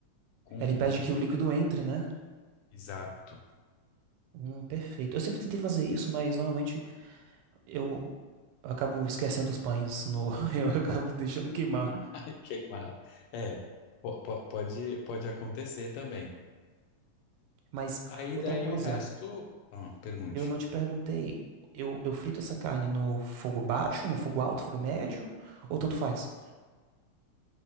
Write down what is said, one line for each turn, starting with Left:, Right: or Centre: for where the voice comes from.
Left: com
Right: Ela impede que o líquido entre, né?
Left: Exato.
Right: Hum, perfeito. Eu sempre tentei fazer isso, mas normalmente Eu acabo esquecendo os pães no, <laughs> eu acabo deixando queimar.
Left: <laughs> Queimar. É, po- po- pode, pode acontecer também.
Right: Mas
Left: Aí
Right: ah, outra
Left: daí
Right: coisa,
Left: o resto. Ah, pergunte.
Right: eu não te perguntei, eu, eu frito essa carne no fogo baixo, no fogo alto, fogo médio, ou tanto faz?